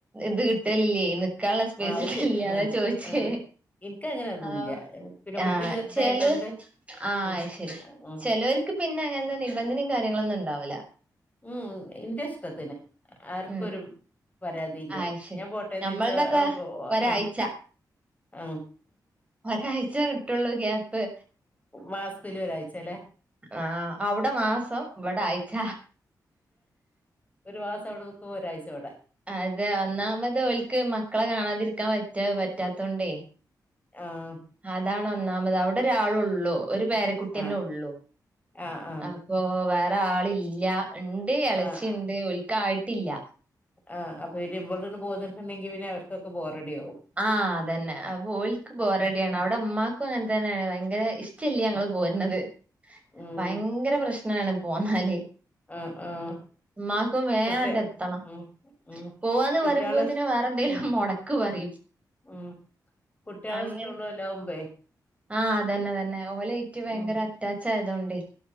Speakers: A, on the right; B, on the left.
A: ഇത് കിട്ടലില്ലേ ഇന്ന് ക്കള സ്പേസിട്ടില്ല
B: ആ അത് ശരി ആ
A: അതാ ചോയ്ച്ചേ.
B: ആ എനിക്ക് അങ്ങനെ അതൊന്നുമില്ല
A: ആ
B: പിന്നെ
A: ആ
B: കുട്ടി ചെറുതായത്
A: ചെല
B: കൊണ്ട്
A: ആ
B: ഉം
A: ശരി
B: ഉം
A: ചെലോര്ക്ക് പിന്നെ അങ്ങനത്തെ നിബന്ധനയും കാര്യങ്ങളും ഒന്നും ഉണ്ടാവൂല്ല.
B: ഉം ഇന്റെ ഇഷ്ടത്തിന് ആർക്കും
A: ഉം
B: ഒരു പരാതിയില്ല
A: ആ അത് ശരി
B: ഞാൻ പോട്ടെന്ന്
A: ഞമ്മൾതൊക്കെ
B: ഓയ്ച്ചാ ആ പോ
A: ഒരാഴ്ച
B: ആ ആഹ.
A: ഒരാഴ്ച കിട്ടുള്ളൂ ക്യാപ്പ്.
B: മാസത്തില് ഒരാഴ്ച ലേ
A: ആഹ് അവ്ടെ മാസം ഇവിടെ ആയിച്ച.
B: ഒരു മാസം അവിടെ നിക്കുമ്പൊ ഒരാഴ്ച്ച ഇവടെ.
A: അതെ ഒന്നാമത് ഒൽക്ക് മക്കളെ കാണാതിരിക്കാൻ പറ്റാ പറ്റാത്തോണ്ടേ.
B: ആഹ്
A: അതാണ് ഒന്നാമത് അവിടെ ഒരാള് ഒള്ളൂ ഒരു പേരെ കു ട്ടിന്നെ
B: ആ
A: ഉള്ളൂ
B: ആ ആ
A: അപ്പൊ വേറെ ആളില്ല ഇണ്ട് ഇളച്ചിണ്ട്
B: ആ
A: അതെ ഓൽക്കായിട്ടില്ല.
B: ആഹ് അപ്പൊ പിന്നെ ഇവള് പോന്നിട്ടുണ്ടെങ്കി പിന്നെ അവർക്കൊക്കെ ബോറടി ആകും
A: ആഹ് അതന്നെ അപ്പ ഓല്ക്ക് ബോറടിയാണ് അവിടെ ഇമ്മാക്കും അങ്ങനെ തന്നെയാണ് ഭയങ്കര ഇഷ് ടല്ല്യ ഞങ്ങള്
B: ഉം
A: പോരുന്നത്
B: ഉം
A: ഭയങ്കര പ്രശ്നാണ് പോന്നാല്.
B: ആഹ് ആഹ്
A: മ്മാക്കും വേആണ്ട്
B: കുട്ടി
A: എത്തണം.
B: ഉം ഉം
A: പോവാന്ന്
B: കുട്ടികളെ
A: പറയുമ്പോത്തിന്
B: ഇഷ്
A: വേറെ എന്തെങ്കിലും
B: ഉം
A: മൊടക്ക് പറിം.
B: ഉം കുട്ടികളെ
A: അങ്ങെ
B: ഇഷ്ടമുള്ളോലാവുമ്പേ
A: ആ അതന്നെ തന്നെ ഓലെയ്റ്റ് ഭയങ്കര
B: ഉം
A: അറ്റാച്ച് ആയതൊണ്ടെയ്.